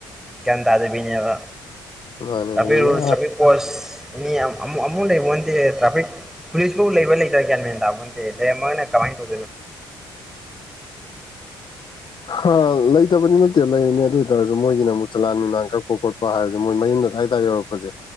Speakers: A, in the centre; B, on the left.
A: ꯒ꯭ꯌꯥꯟ ꯇꯥꯖꯕꯤꯅꯦꯕ
B: ꯃꯥꯅꯦ
A: ꯑꯄꯤ
B: ꯑꯗꯨꯅ
A: ꯄꯣꯁ ꯑꯦꯅꯤ ꯑꯃꯨꯛ ꯑꯃꯨꯛ ꯂꯩꯕꯣꯟꯗꯦ ꯇ꯭ꯔꯥꯐꯤꯛ ꯄꯨꯂꯤꯁꯐꯥꯎ ꯂꯩꯕ꯭ꯔ ꯂꯩꯇ꯭ꯔꯥꯒ꯭ꯌꯥꯟ ꯃꯦꯟ ꯇꯥꯕꯣꯟꯗꯦ ꯂꯩꯔꯝꯃꯒꯅ ꯀꯃꯥꯏ ꯔꯣ
B: <inaudible> ꯍꯥ ꯂꯩꯇꯕꯅꯤꯅ ꯏꯁꯇꯦꯠ ꯂꯩꯔꯤꯅꯤ ꯑꯗꯨ ꯑꯣꯏ ꯇꯔꯁꯨ ꯃꯣꯏꯒꯤꯅꯨꯛ ꯆꯂꯥꯟ ꯅꯨꯡꯡ ꯀꯛꯄ ꯈꯣꯠꯄ ꯍꯥꯏꯔꯦ ꯃꯣꯏ ꯃꯌꯨꯝꯗꯗꯥꯔ ꯌꯧꯔꯛꯄꯁꯦ